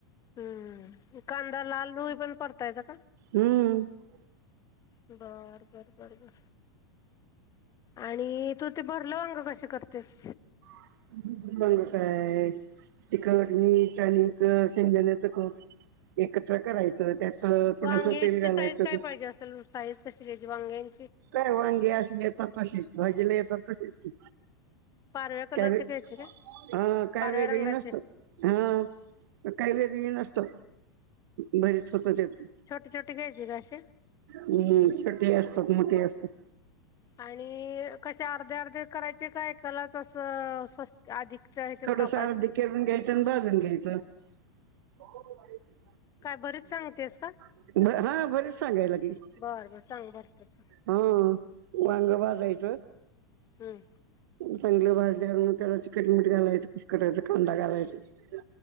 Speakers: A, on the left; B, on the right.
A: हम्म कांदा लाल हूई पर्यत परतायचा का?
B: हम्म
A: बर-बर, बर-बर आणि तू ते भरलं वांग कस करतेस?
B: <unintelligible> तिखट मीठ आणि शेंगदाणा कुठ एकत्र करायचं त्यात थोडस
A: वांग्याची
B: तेल घालायचं
A: साईज काय पाहिजे असल साईज कशी घ्यायची वांग्यांची?
B: काय वांगी अशी येतात तशी भाजेला येतात तशीच की.
A: पारव्या कलरची
B: काय
A: घ्यायची काय?
B: हा काय
A: पारव्या
B: वेगळी
A: रंगाचे
B: नसत हा काही वेगळी नसत. बरीच होत त्यात
A: छोटे छोटे घ्यायचे का असे
B: हम् छोटी ही असतात. ती असतात.
A: आणि कशे अर्धे अर्धे करायचे का ऐकालाच असं स्वस्त अधिकच्या ह्याच्यात
B: थोडस
A: कापायचं
B: अर्धे चिरून घ्यायचं आणि भाजून घ्यायचं. हो.
A: काय भरीत सांगतेस का?
B: हा भरीत सांगाय लागली.
A: बरं बर सांग बर त्याच
B: हो वांग भाजायच.
A: हम्म
B: चांगल भाजल्यावर मग त्याला तिखट मीठ घालायचं कुस्कटायचं कांदा घालायचं.